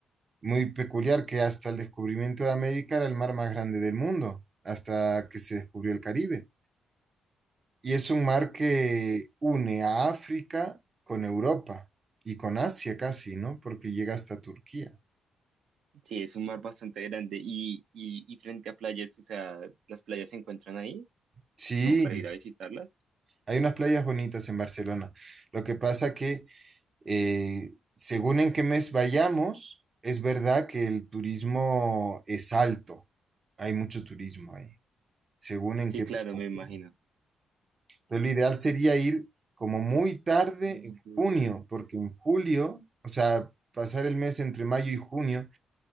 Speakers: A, on the right; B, on the right.
A: muy peculiar que hasta el descubrimiento de América era el mar más grande del mundo, hasta que se descubrió el Caribe. Y es un mar que une a África con Europa y con Asia casi, ¿no? Porque llega hasta Turquía.
B: Sí, es un mar bastante grande y, y, y frente a playas, o sea, las playas se encuentran ahí
A: Sí,
B: como para ir a visitarlas.
A: hay unas playas bonitas en Barcelona. Lo que pasa que eh, según en qué mes vayamos, es verdad que el turismo es alto. Hay mucho turismo ahí, según en
B: Sí,
A: qué época
B: claro, me imagino.
A: vayamos. Entonces, lo ideal sería ir como muy tarde
B: Mm,
A: en
B: de-
A: junio, porque en julio, o sea, pasar el mes entre mayo y junio,